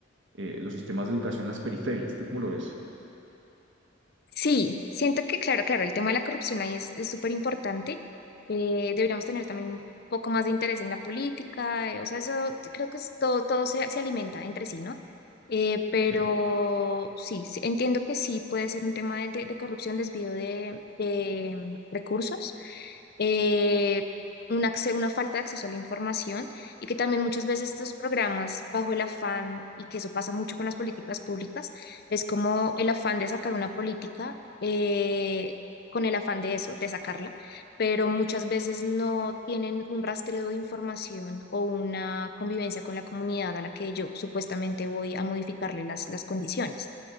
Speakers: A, on the right; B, on the left.
A: eh, los sistemas de educación en las periferias. ¿Tú cómo lo ves?
B: Sí, siento que, claro, claro, el tema de la corrupción ahí es es súper importante. Eh, deberíamos tener también un poco más de interés en la política, eh, o sea, eso creo que es todo, todo se, se alimenta entre sí, ¿no? Eh, pero
A: Sí.
B: sí, sí, entiendo que sí puede ser un tema de, de- de corrupción, desvío de, de, mm, recursos, eh, una, acce- una falta de acceso a la información y que también muchas veces estos programas bajo el afán, y que eso pasa mucho con las políticas públicas, es como el afán de sacar una política, eh, con el afán de eso, de sacarla, pero muchas veces no tienen un rastreo de información o una convivencia con la comunidad a la que yo supuestamente voy a modificarle las, las condiciones.